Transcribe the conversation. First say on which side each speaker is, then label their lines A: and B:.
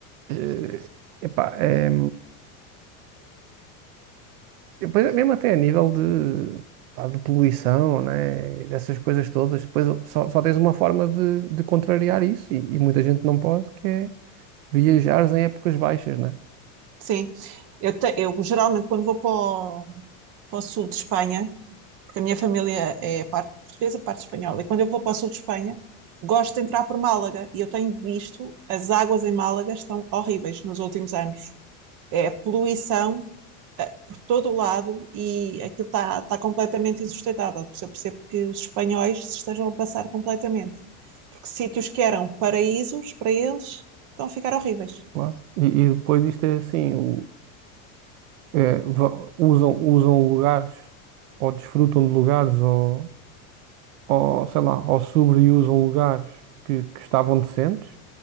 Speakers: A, on the right; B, on the right.
A: eh, epá, é, depois é mesmo até a nível de, pá, de poluição, né? e Dessas coisas todas, depois só, só tens uma forma de, de contrariar isso, e, e muita gente não pode, que é viajares em épocas baixas, né?
B: sim. Eu, te- eu geralmente, quando vou para o, para o sul de Espanha, porque a minha família é parte portuguesa, parte espanhola, e quando eu vou para o sul de Espanha, gosto de entrar por Málaga. E eu tenho visto, as águas em Málaga estão horríveis nos últimos anos. É poluição eh, por todo o lado e aquilo está está completamente insustentável. Por isso eu percebo que os espanhóis se estejam a passar completamente. Porque sítios que eram paraísos para eles estão a ficar horríveis.
A: Claro. E, e depois isto é assim, o, eh, va- usam, usam lugares ou desfrutam de lugares ou, ou sei lá, ou sobreusam lugares que, que estavam decentes.